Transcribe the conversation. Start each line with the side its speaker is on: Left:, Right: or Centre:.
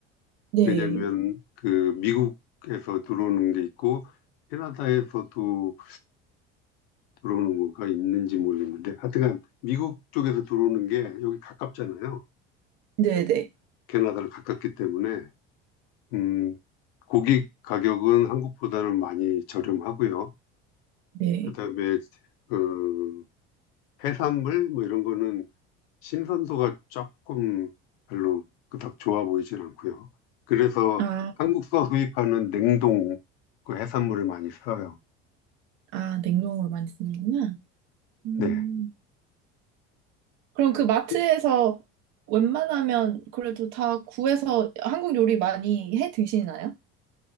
Right: 네.
Left: 왜냐면 그 미국에서 들어오는 게 있고 캐나다에서도 들어오는 거가 있는지 모르겠는데 하여튼간 미국 쪽에서 들어오는 게 여기 가깝잖아요.
Right: 네네.
Left: 캐나다를 가깝기 때문에 음, 고기 가격은 한국보다는 많이 저렴하고요.
Right: 네.
Left: 그다음에 그 해산물 뭐 이런 거는 신선도가 조금 별로 그닥 좋아 보이진 않고요. 그래서
Right: 아,
Left: 한국서 수입하는 냉동 그 해산물을 많이 써요.
Right: 아, 냉동으로 많이 쓰는구나. 음,
Left: 네.
Right: 그럼 그 마트에서
Left: 그-
Right: 웬만하면 그래도 다 구해서 한국 요리 많이 해 드시나요?